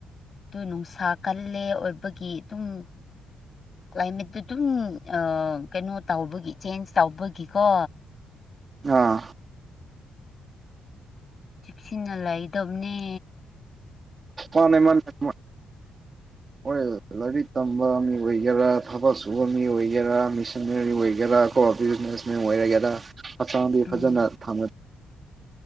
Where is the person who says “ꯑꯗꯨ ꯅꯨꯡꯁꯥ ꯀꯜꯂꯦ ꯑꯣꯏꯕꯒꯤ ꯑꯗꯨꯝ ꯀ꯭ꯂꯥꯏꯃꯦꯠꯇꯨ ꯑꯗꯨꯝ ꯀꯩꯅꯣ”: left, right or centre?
Left